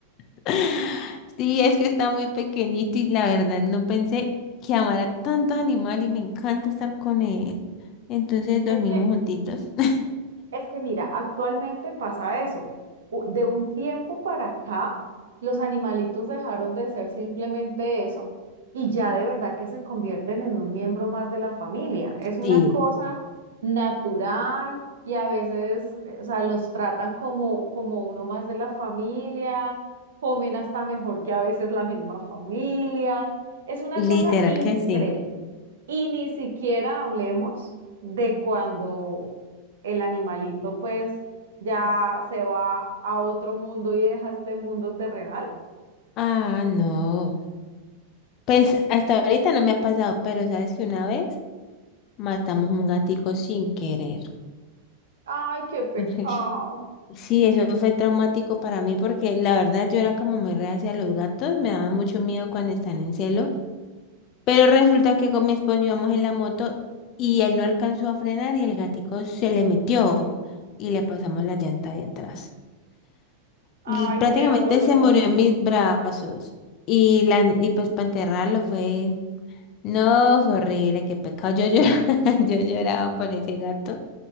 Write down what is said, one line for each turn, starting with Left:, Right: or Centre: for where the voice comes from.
Left: <laughs> Sí, es que está muy pequeñito y la verdad no pensé que amara tanto animal y me encanta estar con él. Entonces dormimos
Right: Es que
Left: juntitos. <laughs>
Right: Es que mira, actualmente pasa eso. U- De un tiempo para acá, los animalitos dejaron de ser simplemente eso y ya de verdad que se convierten en un miembro más de la familia. Es una
Left: Sí,
Right: cosa natural y a veces, eh, o sea, los tratan como, como uno más de la familia, comen hasta mejor que a veces la misma familia. Es una
Left: literal
Right: cosa increíble.
Left: que sí.
Right: Y ni siquiera hablemos de cuando el animalito pues ya se va a otro mundo y deja este mundo terrenal.
Left: Ah, no. Pues hasta ahorita no me ha pasado, pero sabes que una vez matamos un gatico sin querer.
Right: Ay, qué pecado.
Left: Ay, <laughs> Sí, eso fue traumático para mí porque la verdad yo era como muy reacia a los gatos, me daba mucho miedo cuando están en celo. Pero resulta que con mi esposo íbamos en la moto y él no alcanzó a frenar y el gatico se le metió y le pasamos la llanta de atrás.
Right: Ay,
Left: Y prácticamente
Right: qué dolor.
Left: se murió en mis brazos. Y, la, y pues para enterrarlo fue... No, fue horrible, qué pecado. Yo lloraba, <laughs> yo lloraba por ese gato.